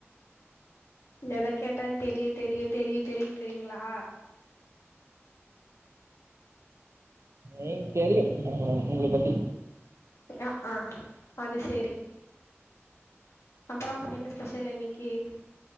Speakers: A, on the left; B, on the right.
A: எத கேட்டாலு தெரியு தெரியு தெரியு தெரியுங்கிறீங்ளா
B: ஏங் தெரியு உங்ள உங்கள பத்தி
A: ஆ ஆ அது சேரி அப்பறொ என்ன ஸ்பெஷல் இன்னக்கி